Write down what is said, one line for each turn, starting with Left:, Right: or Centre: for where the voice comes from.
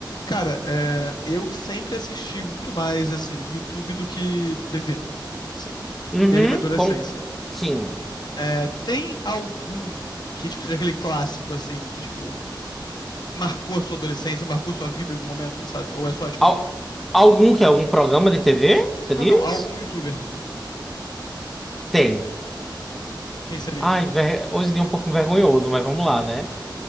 Left: Cara, é, eu sempre assisti muito mais, assim, YouTube do que TV, assim,
Centre: Uhum,
Left: desde minha adolescência.
Centre: com... Sim.
Left: É, tem algum que, tipo, seja aquele clássico, assim, que, tipo, marcou a sua adolescência, marcou sua vida em algum momento, sabe? Ou é só, tipo,
Centre: Al- Algum que é algum programa de TV? Você
Left: não,
Centre: diz?
Left: não, algum YouTuber.
Centre: Tem.
Left: Quem seria?
Centre: Ai, ver- hoje em dia é um pouco vergonhoso, mas vamos
Left: E-
Centre: lá, né?